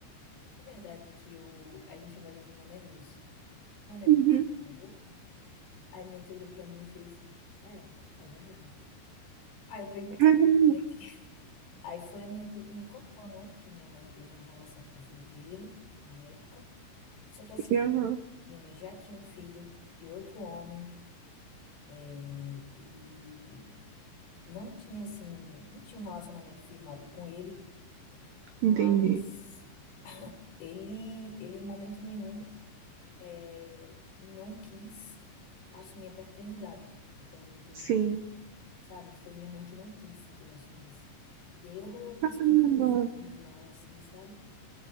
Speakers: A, on the left; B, on the right.
A: é verdade que eu... a gente chamava ele de Mané Grosso. Mané
B: Uhum.
A: Grosso, meu avô? Aí minha tia olhou pra mim e fez, é, é verdade. Aí eu perguntei,
B: Caramba.
A: né? Aí foi a minha tia que me contou, né, que minha mãe teve uma relação com o filho dele na época. Só que assim,
B: Aham,
A: minha mãe já tinha um filho de outro homem, é, e não tinha assim, não tinha um relacionamento firmado com ele, mas
B: entendi.
A: ele, ele em momento nenhum, é, não quis assumir a paternidade, até onde eu entendi.
B: Sim.
A: Sabe? Foi minha mãe que não quis que ele assumisse. E aí rolou umas
B: Caramba.
A: confusões lá, assim, sabe?